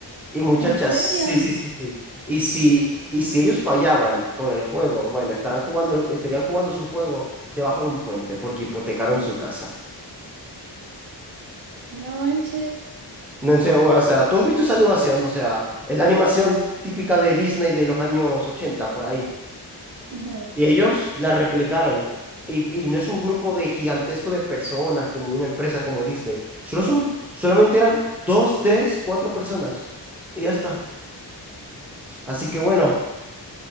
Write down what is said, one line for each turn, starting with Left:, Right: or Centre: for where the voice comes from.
Centre: Y muchachas,
Right: ¿En serio?
Centre: sí, sí, sí, sí. Y si, y si ellos fallaban con el juego, bueno, estarán jugando, estarían jugando su juego debajo de un puente porque hipotecaron su casa.
Right: No manches.
Centre: No sé, o sea, ¿tú has visto esa animación? O sea, es la animación típica de Disney de los años 80 por ahí.
Right: Ujú.
Centre: Y ellos la replicaron. Y, y no es un grupo de gigantesco de personas como una empresa como Disney. Solo son, solamente eran dos, tres, cuatro personas. Y ya está. Así que bueno.
Right: Sí.